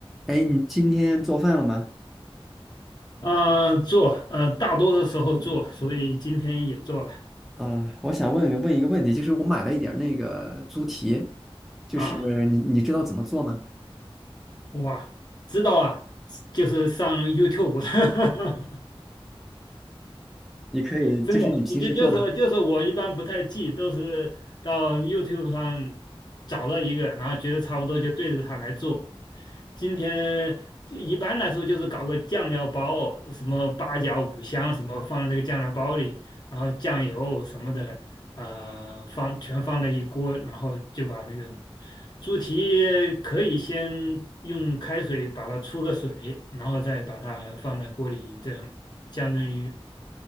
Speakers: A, in the centre; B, on the left (about 45°).
A: 哎，你今天做饭了吗？
B: 呃，做，呃，大多的时候做，所以今天也做了
A: 啊、我想问问一个问题，就是我买了一点儿那个猪蹄，就是你你知道怎么做吗？
B: 啊。哇，知道啊，就是上 YouTube，<laughs>
A: 你可以，就是你平时做吗？
B: 真的，就就是就是我一般不太记，都是到 YouTube 上找到一个，然后觉得差不多就对着它来做。今天一般来说就是搞个酱料包，什么八角、五香什么放在这个酱料包里，然后酱油什么的，呃放全放在一锅，然后就把那个猪蹄可以先用开水把它出个水，然后再把它放在锅里，这样相当于